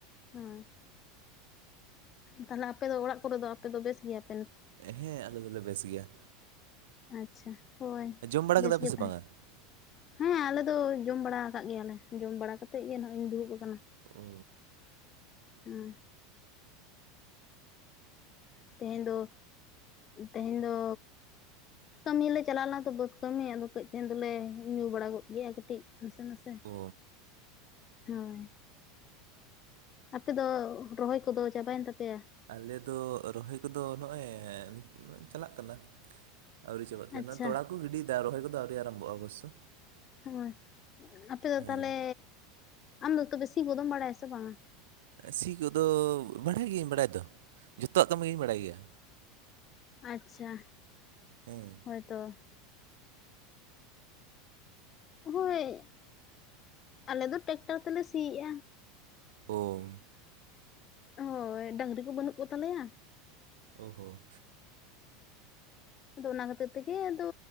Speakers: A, on the left (about 30°); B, on the right (about 85°).
A: ᱦᱳᱭ ᱛᱟᱦᱚᱞᱮ ᱟᱯᱮ ᱫᱚ ᱚᱲᱟᱜ ᱠᱚᱨᱮ ᱫᱚ ᱟᱯᱮ ᱫᱚ ᱵᱮᱥ ᱜᱮᱭᱟ ᱯᱮ
B: ᱦᱮᱸ ᱟᱞᱮ ᱫᱚᱞᱮ ᱵᱮᱥ ᱜᱮᱭᱟ
A: ᱟᱪᱪᱷᱟ ᱦᱳᱭ
B: ᱡᱚᱢ ᱵᱟᱲᱟ
A: ᱵᱮᱥ
B: ᱠᱮᱫᱟ ᱯᱮ
A: ᱜᱮ
B: ᱥᱮ
A: ᱛᱟᱦᱮᱸ
B: ᱵᱟᱝᱟ
A: ᱦᱮᱸ ᱟᱞᱮ ᱫᱚ ᱡᱚᱢ ᱵᱟᱲᱟ ᱠᱟᱫ ᱜᱮᱭᱟᱞᱮ ᱡᱚᱢ ᱵᱟᱲᱟ ᱠᱟᱛᱮᱜ ᱜᱮ ᱱᱚᱜᱼᱚᱭ ᱤᱧ ᱫᱩᱲᱩᱵ ᱠᱟᱱᱟ
B: ᱳ
A: ᱦᱮᱸ ᱛᱮᱦᱮᱧ ᱫᱚ ᱛᱮᱦᱮᱧ ᱫᱚ ᱠᱟᱹᱢᱤ ᱞᱮ ᱪᱟᱞᱟᱣ ᱞᱮᱱᱟ ᱛᱚ ᱵᱟᱹᱫᱽ ᱠᱟᱹᱢᱤ ᱟᱫᱚ ᱠᱟᱹᱡ ᱛᱮᱦᱮᱧ ᱫᱚᱞᱮ ᱧᱩ ᱵᱟᱲᱟ ᱜᱚᱫ ᱜᱮᱭᱟ ᱠᱟᱹᱴᱤᱡ ᱱᱟᱥᱮ ᱱᱟᱥᱮ
B: ᱳ
A: ᱦᱳᱭ ᱟᱯᱮ ᱫᱚ ᱨᱚᱦᱚᱭ ᱠᱚᱫᱚ ᱪᱟᱵᱟᱭᱮᱱ ᱛᱟᱯᱮᱭᱟ
B: ᱟᱞᱮ ᱫᱚ ᱨᱚᱦᱚᱭ ᱠᱚᱫᱚ ᱱᱚᱜᱼᱚᱭ ᱪᱟᱞᱟᱜ ᱠᱟᱱᱟ ᱟᱹᱣᱨᱤ ᱪᱟᱵᱟᱜ ᱛᱟᱦᱮᱱᱟ
A: ᱟᱪᱪᱷᱟ
B: ᱛᱚᱲᱟ ᱠᱚ ᱜᱤᱰᱤᱭ ᱫᱟ ᱨᱚᱦᱚᱭ ᱠᱚᱫᱚ ᱟᱹᱣᱨᱤ ᱟᱨᱟᱢᱵᱚᱜᱼᱟ ᱚᱵᱚᱥᱥᱳ
A: ᱦᱳᱭ ᱟᱯᱮ ᱫᱚ
B: ᱦᱮᱸ
A: ᱛᱟᱦᱚᱞᱮ ᱟᱢ ᱫᱚ ᱛᱚᱵᱮ ᱥᱤ ᱜᱚᱫᱚᱢ ᱵᱟᱲᱟᱭᱟ ᱥᱮ ᱵᱟᱝᱼᱟ
B: ᱥᱤ ᱠᱚᱫᱚ ᱵᱟᱲᱟᱭ ᱜᱤᱭᱟᱹᱧ ᱵᱟᱲᱟᱭ ᱫᱚ ᱡᱷᱚᱛᱚᱣᱟᱜ ᱠᱟᱢᱤ ᱜᱤᱧ ᱵᱟᱲᱟᱭ ᱜᱮᱭᱟ
A: ᱟᱪᱪᱷᱟ
B: ᱚ ᱛᱟᱭ
A: ᱦᱳᱭᱛᱚ ᱦᱳᱭ ᱟᱞᱮ ᱫᱚ ᱴᱮᱠᱴᱟᱨ ᱛᱮᱞᱮ ᱥᱤᱜᱼᱟ
B: ᱦᱳᱭ
A: ᱦᱳᱭ ᱰᱟᱹᱝᱨᱤ ᱠᱚ ᱵᱟᱹᱱᱩᱜ ᱠᱚᱛᱟᱞᱮᱭᱟ
B: ᱳ ᱦᱚ
A: ᱦᱮᱸ ᱟᱫᱚ ᱚᱱᱟ ᱠᱷᱟᱹᱛᱤᱨ ᱛᱮᱜᱮ ᱟᱫᱚ